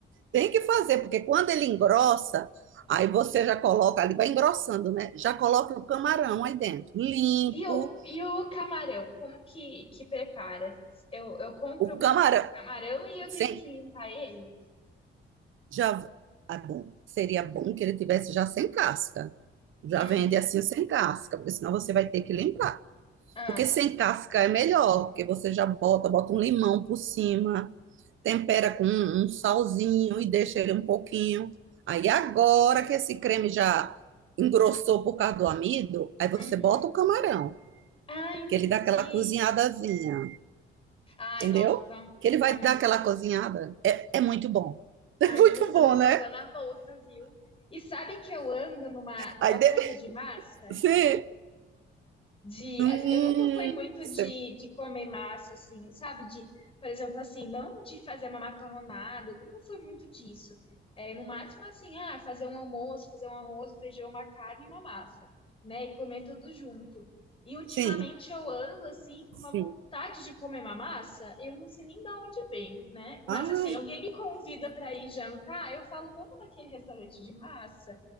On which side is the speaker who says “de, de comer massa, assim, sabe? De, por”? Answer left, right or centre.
Left